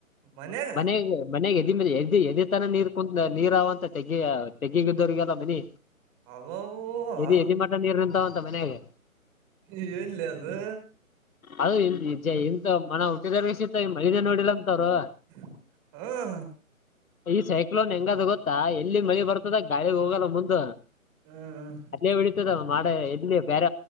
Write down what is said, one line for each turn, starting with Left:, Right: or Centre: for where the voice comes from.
Right: ಮನ್ಯಾಗ
Left: ಮನೆ ಮನೆಗೆ. ಮೇಲೆ ಎದ ತನ ನೀರ್ ಕುತ್ ನೀರ್ಂತ ತೆಗ ತೆೆಗೆಗ ದೊರಗಲ್ಲ ಮನಿ.
Right: ಅಬ್ಬಾಬಾಬಾ
Left: ಎದಿ ಎದಿ ಮಠ ನೀರು ನಿಂತಾವ ಅಂತ ಮನ್ಯಾಗೆ.
Right: ಏನ್ಲೆ ಅದು.
Left: ಅದು ಇ ಎಂತ ಮನ ಹುಟ್ಟಿದಾರ ಸಿತ ಮೈದೇ ನೋಡಿಲ್ಲ ಅಂತವ್ರು.
Right: ಹ್ಮ.
Left: ಈ ಸೈಕ್ಲೋನ್ ಹೆಂಗಾದ ಗೊತ್ತಾ ಎಲ್ಲಿ ಮಳಿ ಬರ್ತದ ಗಾಳಿಗೆ ಹೋಗಲ್ಲ ಮುಂದ.
Right: ಹ್ಮ್
Left: ಅಲ್ಲ ಬಿಡಿತದ ಮಾಡ ಇಲ್ಲಿ ಬೇ